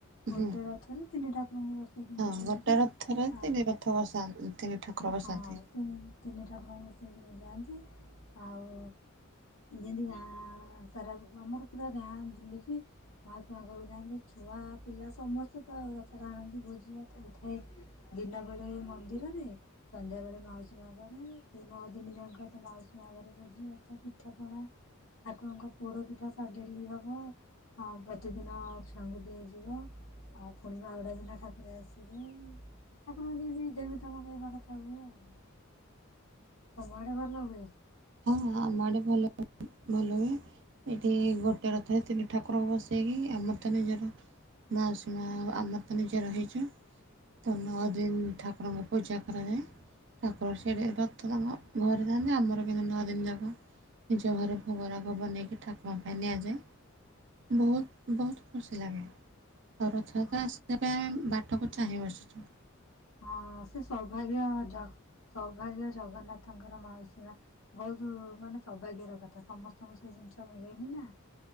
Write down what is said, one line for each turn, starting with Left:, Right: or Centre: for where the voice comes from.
Left: ଗୋଟେ
Right: ହୁଁ
Left: ରଥରେ ତିନି ଠାକୁରଙ୍କୁ ବସେଇକି
Right: ହଁ
Left: ନେଇଯାଆନ୍ତି
Right: ଗୋଟେ ରଥରେ ତିନି
Left: ଆଉ।
Right: ରଥ ବସାନ୍ତି ତିନି ଠାକୁର ବସାନ୍ତି।
Left: ହଁ ତିନି ତିନି ଠାକୁରଙ୍କୁ ବସେଇକ ନେଇ ଯାଆନ୍ତି ଆଉ ଯେମିତି ଗାଁ ସାରା ଆମର ପୁରା ଗାଁ ବୁଲିକି ମାଅସୀସିଆ ଘରକୁ ଯାଆନ୍ତି ଛୁଆ ଛୁଆ ପିଲା ସମସ୍ତେ ତ ଆଉ ରଥଟା ଆଣନ୍ତି ଭୋଜି ଭାତ ହେଇଥାଏ ଦିନବେଳେ ମନ୍ଦିରରେ ସନ୍ଧ୍ୟା ବେଳେ ମାଉସୀ ମା ଘରେ ସେ ନଅ ଦିନ ଯାକ ତ ମାଉସୀ ମା ଘରେ ଭୋଜିିବା ତ ପିଠା ପଣା ଠାକୁରଙ୍କ ପୋଡ ପିଠା ସ ଡେଲି ହବ ଆ ପ୍ରତିଦିନ ଛୁଆଙ୍କୁ ଦିଆଯିବ। ଆଉ ପୁଣିିବା ଆଉଟା ଦିନ ଠାକୁର ଆସିବେ ଠାକୁରଙ୍କ ଯେମିତି ବିଧି ମୁତାବକ ହେବା କଥା। ହୁଏ ଆଉ। ତମ ଆଡ଼େ ଭଲ ହୁଏ
Right: ହଁ ଆମର ଭଲ ଭଲ ହୁଏ। ଏଇଠି ଗୋଟିଏ ରଥରେ ତିନି ଠାକୁରକୁ ବସେଇକି ଆମର ତ ନିଜର ମାଉସୀ ମା ଆମ ତ ନିଜେ ରହିଚୁ। ତ ନଅ ଦିନ ଠାକୁରଙ୍କୁ ପୂଜା କରାଯାଏ। ତାପରେ ସେଠି ରଥ କାମ ଘରେ ଥାନ୍ତି ଆମର କିନ୍ତୁ ନଅ ଦିନ ଯାଙ୍କ ନିଜ ଘରେ ଭୋଗରାକୁ ବନେଇକି ଠାକୁମା ପାଇଁ ନିଆଯାଏ। ବହୁତ ବହୁତ ଖୁସି ଲାଗେ। ଆଉ ରଥଯାତ୍ର
Left: ହଁ
Right: ଆସିବା ପାଇଁ ଆମେ ବାଟକୁ ଚାହିଁବସିଛୁ।
Left: ହଁ ସେ ସୌଭାଗ୍ୟ ଜ୍ ସୌଭାଗ୍ୟ ଜଗନ୍ନାଥ ତାଙ୍କର ମାଉସୀ ମା ବହୁତ ମାନେ ସୌଭାଗ୍ୟର କଥା ସମସ୍ତଙ୍କୁ ସେ ଜିନିଷ ମିଳେନି ନା।